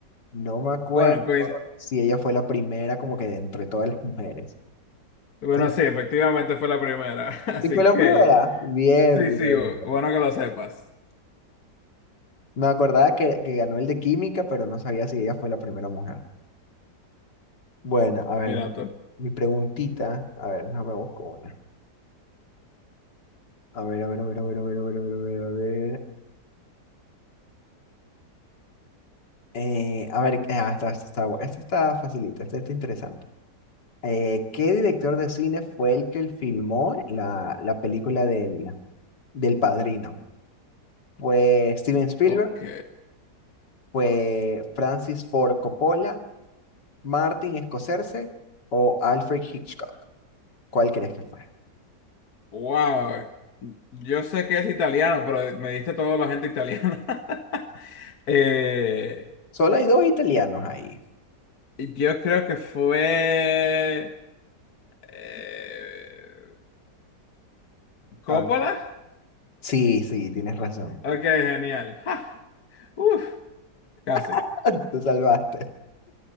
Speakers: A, on the left; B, on the left.
A: no me acuerdo
B: Bueno, coinc-
A: si ella fue la primera como que de entre todas las mujeres.
B: bueno,
A: Entonces,
B: sí, efectivamente fue la primera, <laughs> así
A: ¿sí fue
B: que...
A: la primera? Bien,
B: Sí,
A: bien.
B: sí, bu- bueno que lo sepas.
A: Me acordaba que, que ganó el de química, pero no sabía si ella fue la primera mujer. Bueno, a ver,
B: Mira tú.
A: mi preguntita. A ver, no me busco una. A ver, a ver, a ver, a ver, a ver, a ver, a ver, a ver. A ver, Eh, a ver, ah, esta, esta está, bu- esta está facilita, esta está interesante. Eh, ¿qué director de cine fue el que filmó la, la película del, del Padrino? ¿Fue Steven Spielberg?
B: Ok.
A: ¿Fue Francis Ford Coppola? ¿Martin Scorsese o Alfred Hitchcock? ¿Cuál crees que fue?
B: Wow. Yo sé que es italiano, pero me diste toda la gente italiana. <laughs> Eh,
A: Solo hay dos italianos ahí.
B: yo creo que fue eh, Coppola.
A: A ver, sí, sí, tienes razón.
B: Ok, genial. <laughs> Ja, uf, casi.
A: <laughs> Te salvaste.